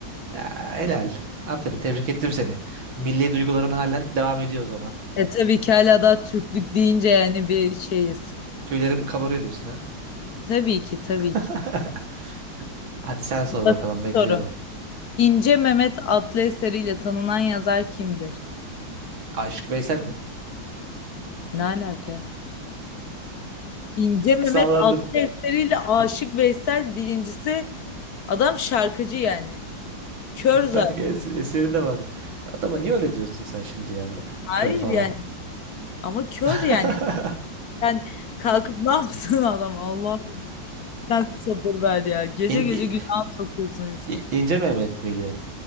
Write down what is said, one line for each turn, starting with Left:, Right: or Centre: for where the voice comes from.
Right: Ya, helal. Aferin. Tebrik ettim seni. Milli duyguların halen devam ediyor o zaman.
Left: E tabii ki hala daha Türklük deyince yani bir şeyiz.
Right: Tüylerim kabarıyor diyorsun ha.
Left: Tabii ki tabii
Right: <laughs>
Left: ki.
Right: Hadi sen sor
Left: Basit
Right: bakalım bekliyorum.
Left: soru. İnce Mehmet adlı eseriyle tanınan yazar kimdir?
Right: Aşık Veysel mi?
Left: Ne alaka ya? İnce Mehmet
Right: <laughs>
Left: adlı
Right: Salladım.
Left: eseriyle Aşık Veysel birincisi adam şarkıcı yani. Kör zaten.
Right: Belki es- eseri de vardı. Adama niye öyle diyorsun sen şimdi ya bak.
Left: Hayır
Right: Kör falan.
Left: yani. Ama kör
Right: <laughs>
Left: yani. Sen kalkıp ne yapsın <laughs> adam? Allah sen sabır ver ya. Gece
Right: İn,
Left: gece
Right: i-
Left: günah sokuyorsun insan.
Right: i- İnce Mehmet miydi?